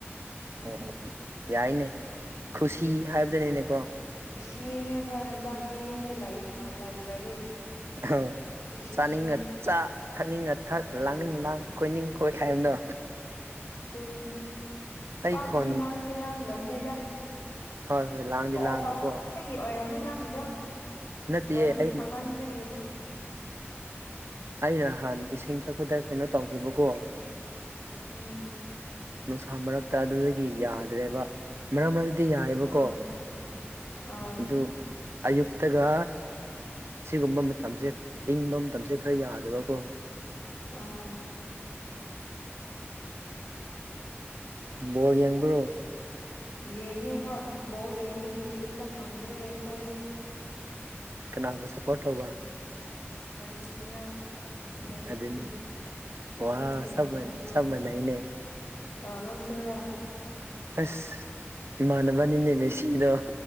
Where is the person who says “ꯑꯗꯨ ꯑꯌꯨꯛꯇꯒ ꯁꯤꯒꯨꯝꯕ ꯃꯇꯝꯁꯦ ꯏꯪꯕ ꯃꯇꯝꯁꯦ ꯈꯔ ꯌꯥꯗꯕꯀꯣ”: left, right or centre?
Right